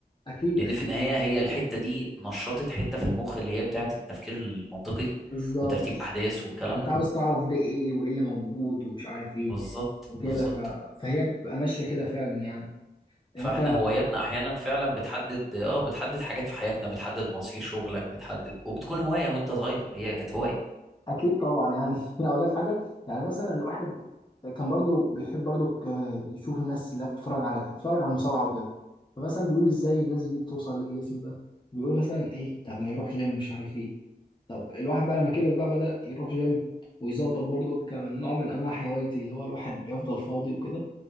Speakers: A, on the left (about 30°); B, in the centre.
A: اكيد
B: لان
A: اكيد
B: في النهايه هي الحته دي نشطت حته في المخ اللي هي بتاعه التفكير المنطقي
A: بالظبط
B: وترتيب احداث والكلام
A: انت
B: ده
A: عاوز تعرف ده ايه وايه اللي موجود ومش عارف ايه
B: بالظبط
A: وكده
B: بالظبط
A: ف... فهي بتبقى ماشيه كده فعلا يعني انت
B: فاحنا هواياتنا احيانا فعلا بتحدد اه بتحدد حاجات في حياتنا بتحدد مصير شغلك بتحدد وبتكون هوايه وانت صغير هي كانت هوايه
A: اكيد طبعا يعني <laughs> اقول لك حاجه يعني مثلا الواحد كان برضو بيحب برضو ك- يشوف الناس اللي بتتفرج على بتتفرج على المصارعه وكده فمثلا بيقول ازاي الناس دي بتوصل للاسم ده بيقول مثلا ايه طب ما يروح جيم مش عارف ايه طب الواحد بقى لما كبر بقى بدأ يروح جيم ويظبط برضو كمن نوع من انواع هوايتي اللي هو الواحد بيفضل فاضي وكده